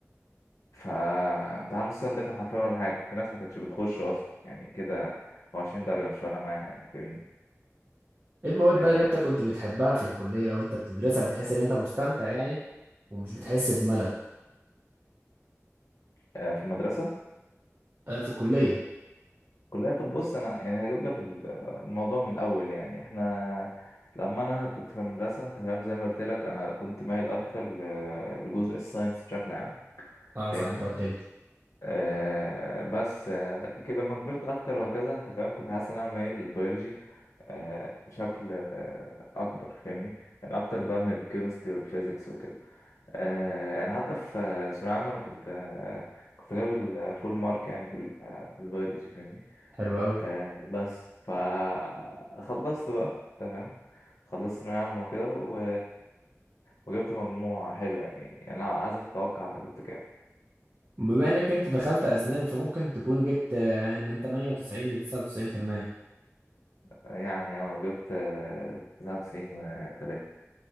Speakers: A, on the left; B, on the right.
A: فامتحان نص السنة ده كان حرفيا ولا حاجة في ناس ما كانتش بتخش أصلا يعني كده هو 20 درجة مش فارقة معاها يعني فاهمني
B: ايه المواد
A: آه
B: بقى اللي انت كنت بتحبها في الكلية وانت بتدرسها بتحس ان انت مستمتع يعني ومش بتحس بملل
A: آه في المدرسة
B: آه، في الكلية
A: كلها طب بص أنا يعني هجيب لك ال- الموضوع من الأول يعني إحنا لما أنا كنت في المدرسة أنت فاهم زي ما قلت لك أنا كنت مايل أكتر ل- لجزء الساينس بشكل عام
B: اه
A: فاهمني
B: صح انت قلت لي
A: آه بس آه كده لما كبرت اكتر وهكذا انت فاهم كنت حاسس ان انا مايل للبيولوجي آه بشكل آه اكبر فاهمني يعني اكتر بقى من الكيمستري والفيزيكس وكده آه يعني حتى في آه، ثانوية عامة انا كنت آه كنت جايب الفول مارك يعني في ال- آه في البيولوجي فاهمني
B: حلو قوي
A: آه بس فخلصت بقى انت فاهم خلصت ثانوية عامة وكده و... وجبت مجموع حلو يعني يعني انا عايز اتوقع جبت كام
B: بما انك انت دخلت اسنان فممكن تكون جبت آه، من 98 ل 99%
A: يعني اه جبت آه، تسعة وتسعين وتلاتة